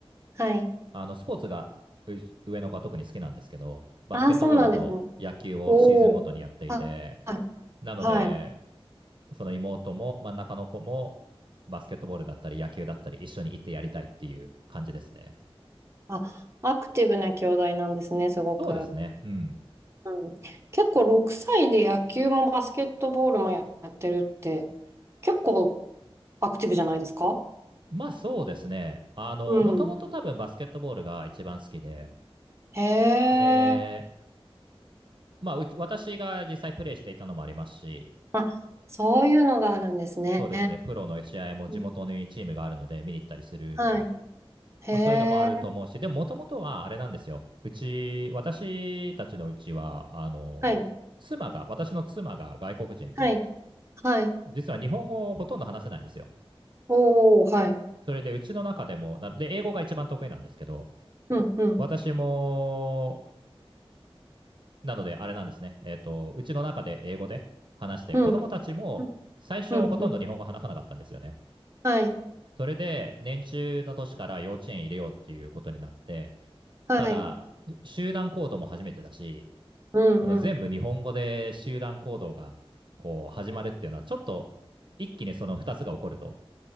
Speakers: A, on the right; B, on the right.
A: はい。
B: あの、スポーツがう上の子は特に好きなんですけど、バスケットボールと野球をシーズンごとにやっていて、
A: ああ、そうなんですね。おお。あ、はい。
B: なので、
A: はい。
B: その妹も真ん中の子もバスケットボールだったり野球だったり一緒に行ってやりたいっていう感じですね。
A: あ、アクティブな兄弟なんですね、すごく。
B: そうですね。うん。
A: うん。結構6歳で野球もバスケットボールもやってるって、結構アクティブじゃないですか
B: まあそうですね。あの、
A: うん。
B: もともと多分バスケットボールが一番好きで、
A: へえ。
B: で、まあうち、私が実際プレイしていたのもありますし、
A: あ、そういうのがあるんですね。
B: そうですね、プロの試合も地元にチームがあるので見に行ったりするので、
A: うん。はい。へえ。
B: まあそういうのもあると思うし、でももともとはあれなんですよ。うち、私たちのうちは、あの、
A: はい。
B: 妻が、私の妻が外国人で、
A: はい。はい。
B: 実は日本語をほとんど話せないんですよ。
A: おー、はい。
B: それでうちの中でも、なで英語が一番得意なんですけど、
A: うん、うん、
B: 私も、なのであれなんですね、えっと、うちの中で英語で話して、
A: うん、
B: 子供たちも最初ほとんど日本語話さなかったんですよね。
A: うん、うん。うんはい。
B: それで年中の年から幼稚園入れようっていうことになって、
A: はい。
B: ただ集団行動も初めてだし、
A: うん、
B: この全部日本語で集団行動がこう始まるっていうのはちょっと一気にその二つが起こると
A: うん。